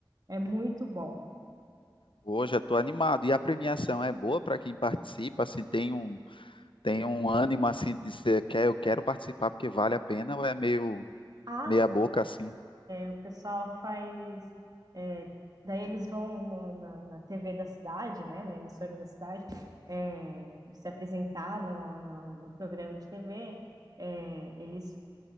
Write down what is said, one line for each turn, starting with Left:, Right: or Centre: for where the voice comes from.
Right: É muito bom.
Left: Hoje eu estou animado. E a premiação é boa para quem participa, assim, tem um tem um ânimo assim de dizer, quer, eu quero participar porque vale a pena, ou é meio
Right: As
Left: meia boca assim.
Right: O pessoal faz. é, daí eles vão no- na, na TV da cidade, né? Na emissora da cidade, é, se apresentar no, no, no programa de TV. É, eles